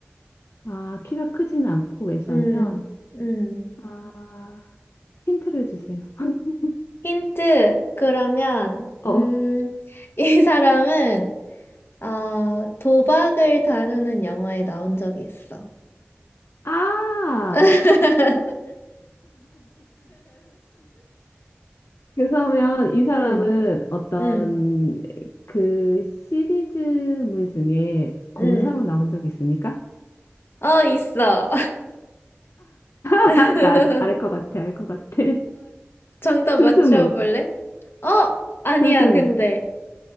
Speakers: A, on the left; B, on the left.
A: 아 키가 크지는 않고 왜소한
B: 음,
A: 편.
B: 음.
A: 아 힌트를 주세요. <laughs>
B: 힌트, 그러면,
A: 어.
B: 음, <laughs> 이 사람은, 어, 도박을 다루는 영화에 나온 적이 있어.
A: 아
B: <laughs>
A: 그러면 이 사람은
B: 음,
A: 어떤
B: 음,
A: 그 시리즈물 중에 검사로
B: 음.
A: 나온 적이 있습니까?
B: 어, 있어.
A: <laughs>
B: <laughs> 어,
A: 나 알 것 같아 알 것 같아. <laughs>
B: 정답
A: 조승우
B: 맞춰볼래? 어, 아니야,
A: 조승우.
B: 근데.